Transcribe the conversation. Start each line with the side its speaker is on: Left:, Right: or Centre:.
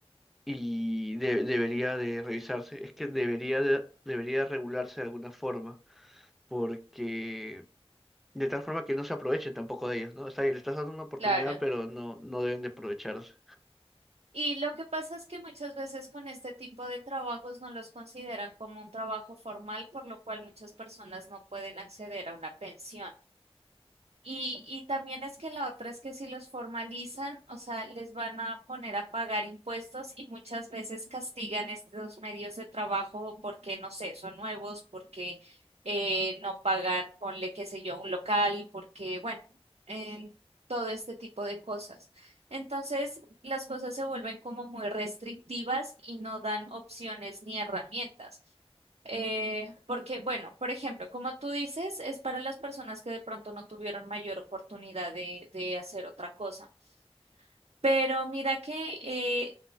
Centre: y de- debería de revisarse, es que debería de- debería regularse de alguna forma, porque de tal forma que no se aprovechen tampoco de ellas, ¿no? O sea, le estás dando una oportunidad,
Right: claro.
Centre: pero no, no deben de aprovecharse.
Right: Y lo que pasa es que muchas veces con este tipo de trabajos no los consideran como un trabajo formal, por lo cual muchas personas no pueden acceder a una pensión. Y, y también es que la otra es que si los formalizan, o sea, les van a poner a pagar impuestos y muchas veces castigan estos medios de trabajo porque, no sé, son nuevos, porque eh, no pagan, ponle, qué sé yo, un local, porque, bueno, en todo este tipo de cosas. Entonces, las cosas se vuelven como muy restrictivas y no dan opciones ni herramientas. Eh, porque, bueno, por ejemplo, como tú dices, es para las personas que de pronto no tuvieron mayor oportunidad de, de hacer otra cosa. Pero mira que eh,